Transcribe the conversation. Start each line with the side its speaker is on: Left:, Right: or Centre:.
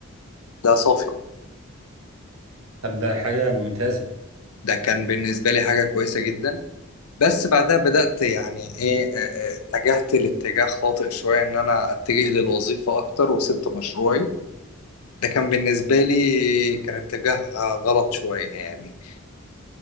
Left: ده صافي
Right: طب ده حاجة ممتازة
Left: ده كان بالنسبة لي حاجة كويسة جدا بس بعدها بدأت يعني ايه آه، آه، اتجهت لاتجاه خاطئ شوية ان انا اتجه للوظيفة اكتر وسبت مشروعي ده كان بالنسبة لي كان اتجاه غلط شوية يعني